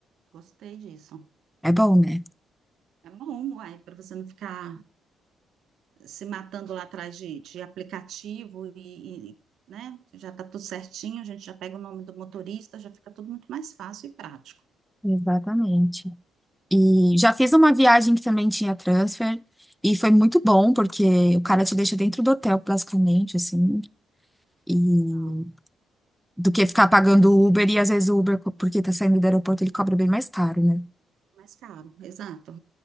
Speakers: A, on the right; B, in the centre.
A: Gostei disso.
B: É bom, né?
A: É bom, uai, para você não ficar se matando lá atrás de, de aplicativo e, e, né, já está tudo certinho, a gente já pega o nome do motorista, já fica tudo muito mais fácil e prático.
B: Exatamente. E já fiz uma viagem que também tinha transfer, e foi muito bom, porque o cara te deixa dentro do hotel, basicamente, assim. E
A: Não,
B: do que ficar pagando o Uber e às vezes o Uber, porque tá saindo do aeroporto, ele cobra bem mais caro, né?
A: mais caro, exato.